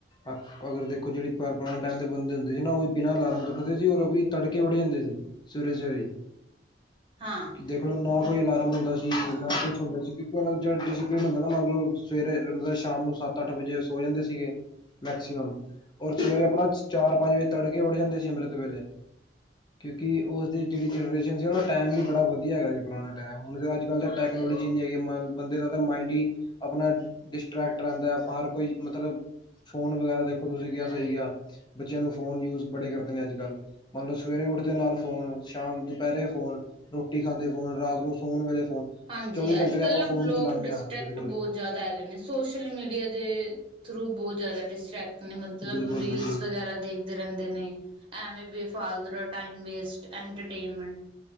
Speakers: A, on the left; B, on the right.
A: ਅਗਰ ਦੇਖੋ ਜਿਹੜੇ ਪੁਰਾਣੇ ਟਾਈਮ ਦੇ ਬੰਦੇ ਹੁੰਦੇ ਸੀ ਨਾ ਉਹ ਬਿਨਾਂ ਅਲਾਰਮ ਉੱਠਦੇ ਸੀ ਔਰ ਬੀ ਤੜਕੇ ਉੱਠ ਜਾਂਦੇ ਸੀ ਸਵੇਰੇ ਸਵੇਰੇ ਹੀ
B: ਹਾਂ।
A: ਦੇਖ ਲਓ ਨਾ ਕੋਈ ਅਲਾਰਮ ਹੁੰਦਾ ਸੀ ਨਾ ਕੁਛ ਹੁੰਦਾ ਸੀ ਕਿਉਂਕਿ ਉਹ ਜਿਹੜਾ ਡਿਸਿਪਲਨ ਹੁੰਦਾ ਨਾ ਮੰਨ ਲਓ ਸਵੇਰੇ ਮਤਲਬ ਸ਼ਾਮ ਨੂੰ ਸੱਤ ਅੱਠ ਵਜੇ ਸੋ ਜਾਂਦੇ ਸੀਗੇ। ਮੈਕਸੀਮਮ ਔਰ ਸਵੇਰੇ ਆਪਣਾ ਚਾਰ ਪੰਜ ਵਜੇ ਤੜਕੇ ਉੱਠ ਜਾਂਦੇ ਸੀ ਅੰਮ੍ਰਿਤ ਵੇਲੇ। <unintelligible> ਕਿਉਂਕਿ ਉਸਦੇ ਜਿਹੜੀ ਜਨਰੇਸ਼ਨ ਸੀ ਉਹ ਨਾ ਟਾਈਮ ਵਧਿਆ ਹੈਗਾ ਜੀ ਪੁਰਾਣਾ ਟਾਈਮ ਹੁਣ ਅੱਜ ਕੱਲ੍ਹ ਤਾਂ ਟੈਕਨੋਲੋਜੀ ਜਿੰਨੀਆਂ ਕਿ ਮ ਬੰਦੇ ਦਾ ਤਾਂ ਮਾਇਂਡ ਹੀ ਆਪਣਾ ਡਿਸਟਰ੍ਰੈਕਟ ਰਹਿੰਦਾ ਹਰ ਕੋਈ ਮਤਲਬ ਫ਼ੋਨ ਵਗੈਰਾ ਦੇਖੋ ਤੁਸੀਂ ਕਿਹਾ ਸਹੀ ਗਿਆ। ਬੱਚਿਆਂ ਨੂੰ ਫੋਨ ਯੂਜ ਬੜੇ ਕਰਦੇ ਨੇ ਅੱਜ ਕੱਲ ਮੰਨ ਲਓ ਸਵੇਰੇ ਉੱਠਦੇ ਨਾਲ ਫੋਨ ਸ਼ਾਮ ਦੁਪਹਿਰੇ ਫੋਨ ਰੋਟੀ ਖਾਂਦੇ ਫੋਨ ਰਾਤ ਨੂੰ ਸੋਣ ਵੇਲੇ ਫੋਨ
B: ਹਾਂਜੀ
A: ਚੌਵੀ ਘੰਟੇ
B: ਅੱਜ ਕੱਲ
A: ਆਪਾਂ ਫੋਨ
B: ਲੋਕ
A: ਹੀ ਚਲਾਉਂਦੇ
B: ਡਿਸਟਰੈਕਟ
A: ਹਾਂ ਬਿਲਕੁਲ
B: ਬਹੁਤ ਜ਼ਿਆਦਾ ਹੈਗੇ ਨੇ। ਸੋਸ਼ਲ ਮੀਡੀਆ ਦੇ ਥਰੂ ਬਹੁਤ ਜ਼ਿਆਦਾ ਡਿਸਟਰ੍ਰੈਕਟ ਮਤਲਬ
A: ਬਿਲਕੁਲ
B: ਰੀਲਸ
A: ਬਿਲਕੁਲ
B: ਵਗੈਰਾ ਦੇਖਦੇ ਰਹਿੰਦੇ ਨੇ ਐਵੇਂ ਬੇਫਾਲਤੁ ਟਾਈਮ ਵੇਸਟ ਐਂਟਰਟੇਨਮੈਂਟ